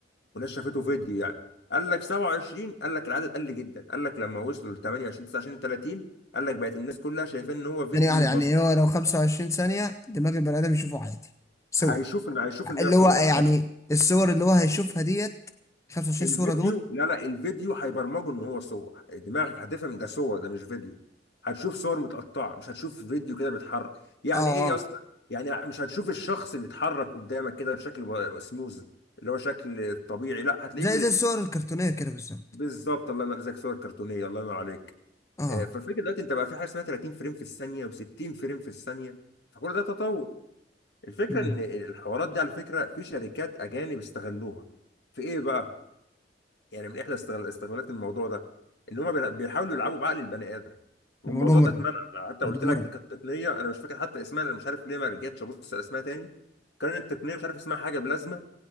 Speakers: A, on the left; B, on the left.
A: وناس شافته فيديو يعني قال لك 27 قال لك العدد قل جدا قال لك لما وصلوا ل 28 29 30 قال لك بقت الناس كلها شايفين ان هو فيديو
B: يعني يعني
A: بسيط
B: هو لو 25 ثانيه دماغ البني ادم يشوفه عادي صور
A: هيشوف ان هيشوف ان
B: اللي
A: هي صور
B: هو يعني الصور اللي هو هيشوفها ديت 25
A: الفيديو
B: صورة دول
A: لا لا الفيديو هيبرمجه ان هو صور دماغك هتفهم ده صور ده مش فيديو هتشوف صور متقطعه مش هتشوف فيديو كده بيتحرك يعني
B: اه
A: ايه يا
B: اه
A: اسطى يعني مش هتشوف الشخص بيتحرك قدامك كده بشكل ب- سموز اللي هو شكل طبيعي لا هتلاقيه
B: زي
A: بي-
B: زي الصور الكرتونية كده بالظبط
A: بالظبط الله ينور عليك صور كرتونيه الله ينور عليك
B: اه
A: آه، فالفكره دلوقتي انت بقى في حاجه اسمها 30 فريم في الثانيه و60 فريم في الثانيه فكل ده تطور الفكره
B: مم.
A: ان الحوارات دي على فكره في شركات اجانب استغلوها في ايه بقى يعني من احدى استغل- استغلالات الموضوع ده ان هما بيلع- بيحاولوا يلعبوا بعقل البني ادم والموضوع
B: ده موضوع مرعب
A: ده اتمنع أنا حتى
B: موضوع
A: قلت لك
B: مرعب
A: ده كانت تقنيه انا مش فاكر حتى اسمها انا مش عارف ليه ما رجعتش ابص على اسمها تاني كانت التقنيه مش عارف اسمها حاجه بلازما